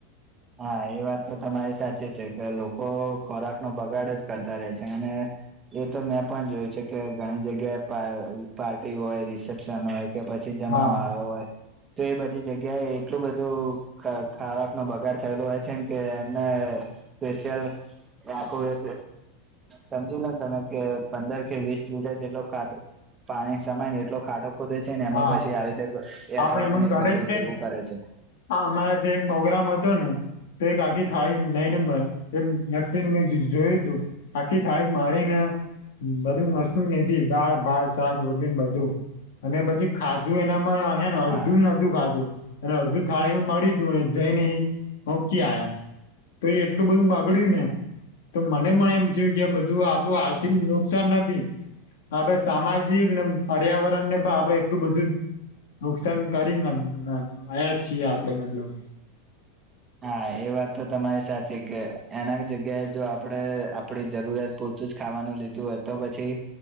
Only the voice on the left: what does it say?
હા
હા
આપડે એનુ
ઘરે
જ છે
ને
હા અમારા ત્યાં એક પ્રગ્રામ હતો ને તો એક આખી થાળી નઈ ને વતિ મે જોયું તું આખી થાળી મારીને બધી વસ્તુ મેધી દાળ, ભાત, શાક, રોટલી, બધું અને પછી ખાધું એનામાં અને અડધું
નોતું ખાધું અને અડધી થાળીનુ મળી તું અને જઈને મુકી આયા તો એ એટલું બધું બગડ્યું ને તો મને પણ એમ થયું કે આ બધું આપડું આર્થિક નુકસાન નથી આપણે સામાજિક ને પર્યાવરણ ને પણ આપડે એટલું બધું નુકસાન કરીને ન આયા છીએ આપડે મતલબ